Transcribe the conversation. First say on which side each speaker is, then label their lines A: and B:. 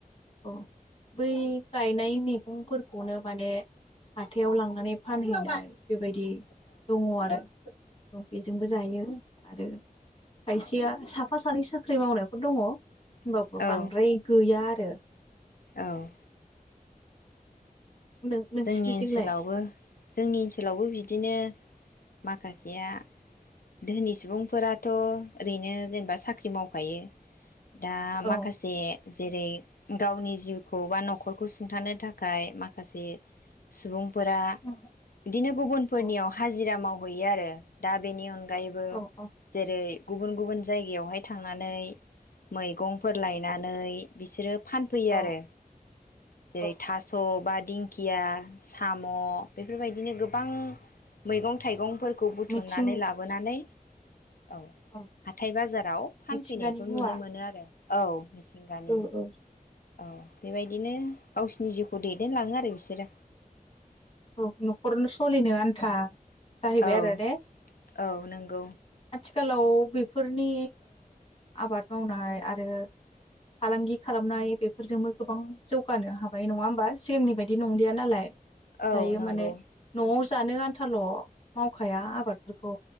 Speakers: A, on the left; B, on the left.
A: अ बै गायनाय मैगंफोरखौनो माने हाथाइयाव लांनानै फानहैयो जायो बे बेबायदि दङ' आरो बेजोंबो जायो आरो खायसेया स <unintelligible> साफा सानै साख्रि मावनायफोर दङ'। होनबाबो
B: औ औ
A: बांद्राय गैया आरो। रो।
B: औ।
A: औ। नों नोंसिनिथिंलाय
B: जोंनि ओनसोलावबो जोंनि ओनसोलावबो बिदिनो माखासेया धोनि सुबुंफोराथ' ओरैनो जेनेबा साख्रि मावखायो दा
A: औ
B: माखासे जेरै गावनि जिउखौ बा नखरखौ सुंथानो थाखाय माखासे सुबुं फोरा
A: औ
B: बिदिनो गुबुनफोरनियाव
A: औ
B: हाजिरा माव हैयो आरो दा बेनि अन गायैबो
A: औ
B: जेरै गुबुन गुबुन जायगायावहाय थांनानै मै गंफोर लायनानै बिसोरो फानफैयो
A: औ
B: आरो जेरै
A: औ औ
B: थास बा खिया साम म' बेफोरबायदिनो गोब बां मैगं थाइगंफोर खौ बुथुमनानै
A: मिथिं
B: लाबोनानै औ
A: ओं
B: हाथाय बाजाराव फानफैनायखौ
A: मिथिंगानि मुवा
B: नुनो मोनो आरो औ मिथिंगानि
A: औ औ
B: औ बेबायदिनो गावसिनि जिउखौ दैदेनलाङो आरो बिसोरो।
A: औ न'खरावनो सोलिनो आन्था जाहैबाय
B: औ
A: आरो ने
B: औ नोंगौ।
A: थिखालाव बेफोरनि आबाद मावनाय आरो फालांगि खालामनाय बेफोरजोंबो गोबां जौगानो हाबाय नङा होमबा सिगांनि बायदि नंलिया नालाय।
B: औ
A: दायो
B: नंगौ
A: माने न'आव जानो आन्थाल' मावखाया आबादफोरखौ।